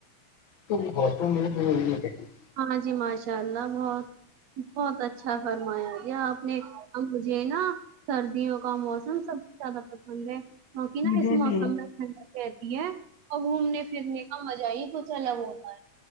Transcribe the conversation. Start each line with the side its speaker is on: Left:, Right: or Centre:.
Left: س <unintelligible>
Right: ہاں جی ماشاء اللہ بہت بہت اچھا فرمایا جی آپ نے مجھے نا سردیوں کا موسم سب زیادہ پسند ہے کیونکہ
Left: مجھے
Right: نہ اس موسم
Left: بھی
Right: میں ٹھنڈا کہتی ہے اور گھومنے پھرنے کا مزہ ہی کچھ الگ ہوتا ہے